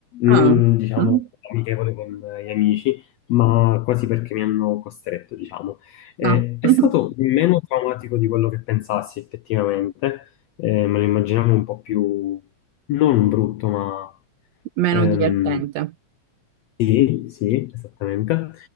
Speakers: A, on the left; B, on the right.
A: mm,
B: Ah,
A: diciamo,
B: mm.
A: amichevole con gli amici, ma quasi perché mi hanno costretto, diciamo. Eh,
B: Ah.
A: è
B: <laughs>
A: stato meno traumatico di quello che pensassi effettivamente, Eh, me lo immaginavo un po' più, non brutto, ma ehm,
B: Meno divertente.
A: sì, sì, esattamente.